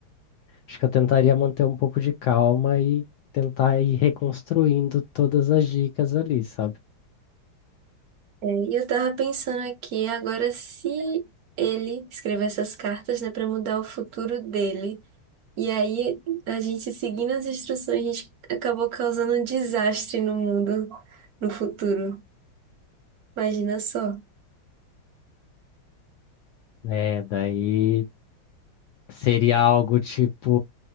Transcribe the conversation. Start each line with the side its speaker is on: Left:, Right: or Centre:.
Left: acho que eu tentaria manter um pouco de calma e tentar ir reconstruindo todas as dicas ali, sabe?
Right: É, e eu tava pensando aqui, agora se ele escrever essas cartas, né, para mudar o futuro dele, e aí a gente seguindo as instruções, a gente acabou causando um desastre no mundo no futuro. Imagina só.
Left: É, daí. Seria algo tipo